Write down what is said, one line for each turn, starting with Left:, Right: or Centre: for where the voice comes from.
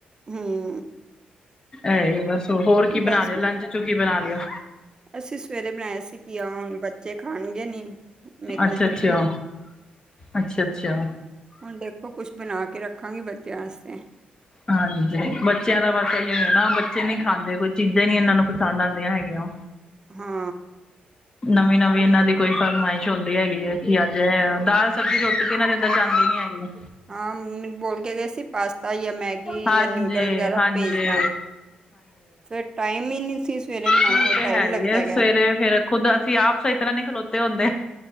Right: ਹਾਂ।
Left: ਐ ਏ ਬਸ ਹੋਰ ਕੀ
Right: ਬਸ
Left: ਬਣਾ ਲਿਆ ਲੰਚ ਚ ਕੀ ਬਣਾ ਲਿਆ?
Right: ਅਸੀਂ ਸਵੇਰੇ ਬਣਾਇਆ ਸੀ ਘੀਆ ਹੁਣ ਬੱਚੇ ਖਾਣਗੇ ਨੀ। ਮੈਂ ਕੱਲ
Left: ਅੱਛਾ,
Right: ਟਿਫਿਨ
Left: ਅੱਛਾ, ਅੱਛਾ, ਅੱਛਾ।
Right: ਹੁਣ ਦੇਖੋ ਕੁਛ ਬਣਾ ਕੇ ਰੱਖਾਂਗੀ ਬੱਚੇਆਂ ਆਸਤੇ।
Left: ਹਾਂਜੀ ਬੱਚਿਆਂ ਦਾ ਬਸ ਇਹੀਓ ਨਾ ਬੱਚੇ ਨੀ ਖਾਂਦੇ ਕੋਈ ਚੀਜ਼ਾਂ ਈ ਨੀ ਏਨਾਂ ਨੂੰ ਪਸੰਦ ਆਂਦੀਆਂ ਹੈਗੀਆਂ।
Right: ਹੂੰ।
Left: ਨਵੀਂ-ਨਵੀ ਏਨਾਂ ਦੀ ਕੋਈ। ਪਰਮਾਇਸ਼ ਹੁੰਦੀ ਹੈਗੀ ਹੈ ਕਿ ਅੱਜ ਦਾਲ, ਸਬਜ਼ੀ ਰੋਟੀ ਤੇ ਏਨਾਂ ਦੇ ਅੰਦਰ ਜਾਂਦੀ ਨੀ ਹੈਗੀ।
Right: ਹਾਂ, ਮੈਨੂੰ ਬੋਲ ਕੇ ਗਏ ਸੀ ਪਾਸਤਾਂ। ਤਾ ਜਾਂ ਮੈਗੀ
Left: ਹਾਂਜੀ
Right: ਜਾਂ ਨਿਊਡਲ ਵਗੈਰਾ
Left: ਹਾਂਜੀ
Right: ਭੇਜਣਾ ਫਿਰ ਟਾਈਮ ਈਨੀ੍ਰ ਸੀ। ਸਵੇਰੇ ਬਣਾਉਣਾ
Left: ਓ ਤੇ
Right: ਟਾਈਮ
Left: ਹੈ
Right: ਲੱਗਦਾ
Left: ਈ ਏ
Right: ਹੈਗਾ
Left: ਸਵੇਰੇ ਫੇਰ ਖੁੱਦ ਅਸੀਂ ਆਪ ਹੀ ਸਈ ਤਰ੍ਹਾਂ ਨੀ ਖਲੋਤੇ ਹੁੰਦੇ।